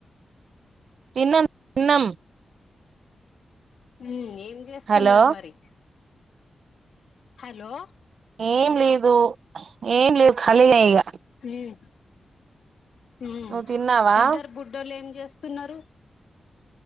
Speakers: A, on the right; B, on the left.
A: తిన్నం తిన్నం.
B: ఉం ఏం చేస్తున్నరు
A: హలో
B: మరి. హలో.
A: ఏం లేదు ఏం లేదు ఖాళీగనే ఇగ.
B: ఉం ఉం
A: నువ్వు తిన్నావా
B: ఇద్దరు బుడ్డొలు ఏం చేస్తున్నారు.